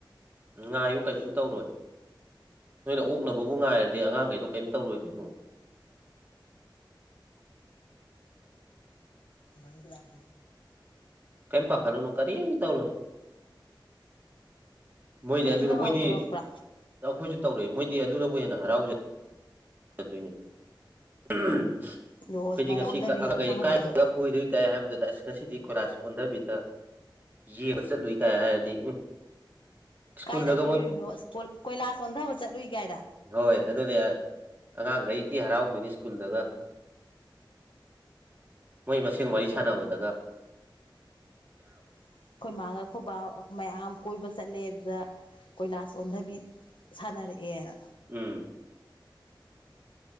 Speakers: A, on the right; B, on the left.
A: ꯉꯥꯏꯌꯨ ꯀꯩꯁꯨ ꯇꯧꯔꯣꯏ ꯅꯣꯏꯅ ꯑꯣꯛꯅꯕꯕꯨ ꯉꯥꯏꯔꯗꯤ ꯑꯉꯥꯡꯈꯩꯗꯣ ꯀꯔꯤꯝ ꯇꯧꯔꯣꯏꯗꯣꯏꯅꯣ
B: ꯑꯥꯡ ꯆꯂꯥꯛ
A: ꯀꯩꯦꯝꯄꯥꯥ ꯈꯂꯨꯅ ꯀꯔꯤ ꯇꯧꯔꯣ ꯃꯣꯏꯗꯤ
B: ꯅꯣꯏꯁꯨ
A: ꯑꯗꯨꯅ
B: ꯅꯍꯥꯟꯋꯥꯏ
A: ꯃꯣꯏꯗꯤ
B: ꯇꯧꯔꯛꯄ꯭ꯔꯥ
A: ꯑꯩꯈꯣꯏꯁꯨ ꯇꯧꯔꯛꯏ ꯃꯣꯏꯗꯤ ꯑꯗꯨꯅꯕꯨ ꯍꯦꯟꯅ ꯍꯔꯥꯎꯖꯩ ꯆꯠꯇꯏꯅꯦ ꯑꯩꯈꯣꯏꯗꯤ
B: ꯑꯗꯣ ꯑꯗꯨꯃꯥꯏꯅ
A: ꯉꯁꯤ
B: ꯑꯣꯟꯊꯕꯤ
A: ꯑꯉꯥꯡꯈꯩ
B: ꯇꯧꯍꯟꯕꯗꯣ
A: ꯀꯥꯏ ꯄꯨꯏꯗꯣꯏ ꯀꯥꯏ ꯍꯥꯏꯕꯗꯨꯗ ꯑꯁ ꯉꯁꯤꯗꯤ ꯀꯣꯏꯔꯥꯁ ꯑꯣꯟꯊꯕꯤꯗ ꯌꯦꯡꯕ ꯆꯠꯂꯨꯏ ꯀꯥꯏ ꯍꯥꯏꯔꯗꯤ ꯎꯝ ꯁ꯭ꯀꯨꯜꯗꯒ
B: ꯀꯥꯏꯗ ꯀꯣꯏꯔꯨꯅꯣ
A: ꯃꯣꯏ
B: ꯀꯣꯏꯂꯥꯁ ꯑꯣꯣꯟꯊꯕ ꯆꯠꯂꯨꯏ ꯀꯥꯏꯗ
A: ꯍꯣꯏ ꯑꯗꯨꯅꯦ ꯑꯉꯥꯡꯈꯩ ꯏꯇꯤ ꯍꯔꯥꯎꯗꯣꯏꯅꯤ ꯁ꯭ꯀꯨꯜꯗꯒ ꯃꯣꯏ ꯃꯁꯦꯟ ꯋꯥꯔꯤ ꯁꯥꯟꯅꯕꯗꯒ
B: ꯑꯩꯈꯣꯏ ꯃꯥꯥꯡꯒ ꯑꯩꯈꯣꯏꯕ ꯃꯌꯥꯝ ꯀꯣꯏꯕ ꯆꯠꯂꯦ ꯑꯗꯨꯗ ꯀꯣꯏꯂꯥꯁ ꯑꯣꯟꯊꯕꯤ ꯁꯥꯟꯅꯔꯛꯑꯦꯅ
A: ꯎꯝ